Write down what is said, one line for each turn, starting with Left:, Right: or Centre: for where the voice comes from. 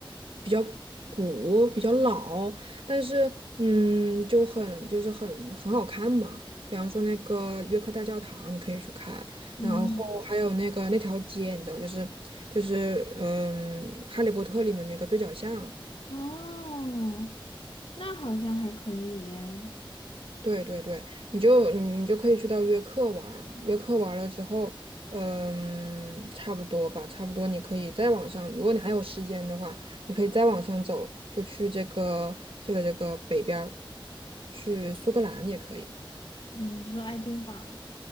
Right: 比较古，比较老，但是嗯，就很就是很很好看嘛。比方说那个约克大教堂，你可以去看，
Left: 嗯，
Right: 然后还有那个那条街，你知道，就是就是嗯，《哈利波特》里面那个对角巷。
Left: 哦，那好像还可以耶
Right: 对对对，你就你就可以去到约克玩儿，约克玩了之后，嗯，差不多吧，差不多你可以再往上，如果你还有时间的话，你可以再往上走，就去这个这个这个北边儿，去苏格兰也可以。
Left: 嗯，你说爱丁堡、